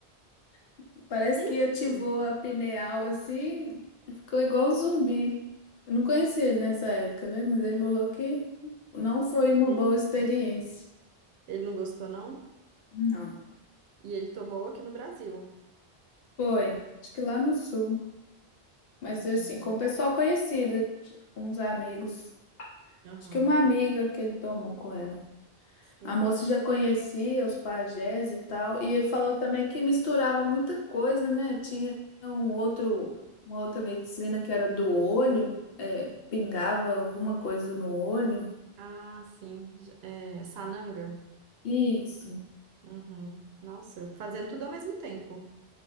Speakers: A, on the left; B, on the right.
A: <laughs> Parece
B: Que isso?
A: que ativou a pineal assim, ficou igual um zumbi. Eu não conheci ele nessa época, né? Mas ele falou que não foi uma
B: Gente.
A: boa experiência.
B: Ele não gostou, não?
A: Não.
B: E ele tomou aqui no Brasil.
A: Foi, acho que lá no sul. Mas
B: Uhum.
A: assim, com o pessoal conhecido, t- uns amigos.
B: Aham.
A: Acho que uma amiga que ele tomou com ela.
B: Sim.
A: A moça já conhecia os pajés e tal, e ele falou também que misturava muita coisa, né? Tinha um outro, uma outra medicina que era do olho, é, pingava alguma coisa no olho.
B: Ah, sim. J- É, Sananga.
A: Isso.
B: Uhum. Nossa, fazendo tudo ao mesmo tempo.